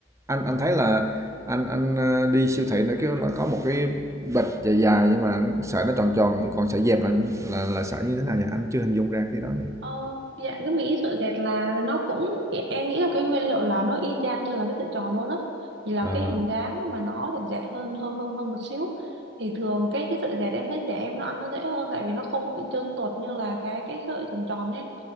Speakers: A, on the right (about 15°); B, on the right (about 65°).
A: anh anh thấy là anh anh ờ, đi siêu thị nó kêu nó có một cái bịch dài dài nhưng mà sợi nó tròn tròn còn sợi dẹp là là là sợi như thế nào nhỉ? Anh chưa hình dung ra cái đó
B: Ờ, dạ cái mỹ sợi dẹt là nó cũng dạ, em nghĩ là cái nguyên liệu là nó y chang như là cái sợi tròn luôn á chỉ là
A: nha.
B: cái hình dáng mà nó dẹt dẹt hơn hơn hơn hơn một xíu thì thường cái cái sợi dẹt em thấy trẻ em nó ăn nó dễ hơn tại vì nó không bị trơn tuột như là cái cái sợi tròn tròn nhé